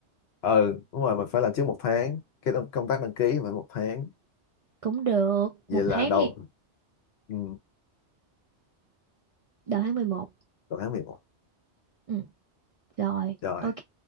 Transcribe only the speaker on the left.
ừ đúng rồi mình phải làm trước một tháng cái đăng- công tác đăng ký phải một tháng
vậy
là
đầu
ừ,
đầu tháng mười một,
rồi